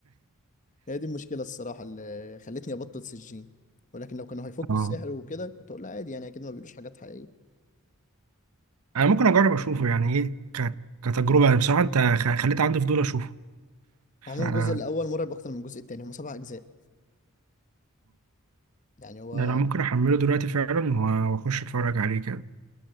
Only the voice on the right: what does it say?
اه
انا ممكن اجرب اشوفه يعني ايه ك... كتجربه يعني بصراحه انت خ- خليت عندي فضول اشوفه
ف... اه
ده انا ممكن احمله دلوقتي فعلا و- واخش اتفرج عليه كده